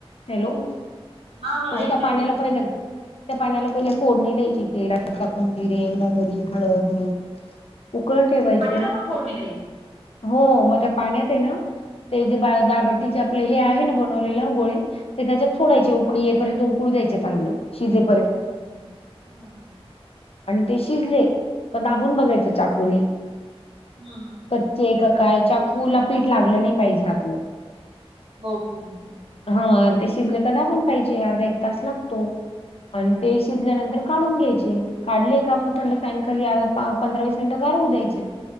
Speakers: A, on the left; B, on the right.
A: हॅलो.
B: हा मी
A: म्हणजे
B: ऐकते
A: त्या पाण्याला
B: बोला ना
A: पहिलं. त्या पाण्याला पहिले फोडणी द्यायची तेलात टाकून जिरे, मोहरी, हळद. उकळत ठेवायचं
B: पाण्याला पण फोडणी द्यायची
A: हो मग त्या पाण्यात आहे ना. ते जे बाळदाळबट्टीचे
B: हम्म
A: आपले हे आहे ना बनवलेलं गोळे ते त्याच्यात सोडायचे
B: हम्म,
A: उकळी येईपर्यंत- उकडू द्यायचे चांगले शिजेल.
B: हो का? ह ह.
A: आणि ते शिजले का? दाबून बघायचं चाकूने.
B: हंं हं हं.
A: ते एकाकडे चाकूला पीठ लागला नाही पाहिजे ह्यातलं.
B: ओके ओके
A: हा ते शिजले का? दाबून पहायचेअर्धा एक तास लागतो
B: हो,
A: आणि ते
B: ओके.
A: शिजल्यानंतर- काढून घ्यायचे काढलेय का? थंड फॅन खाली अरपाव पंधरा विस मिनटं गार होवू देयचे.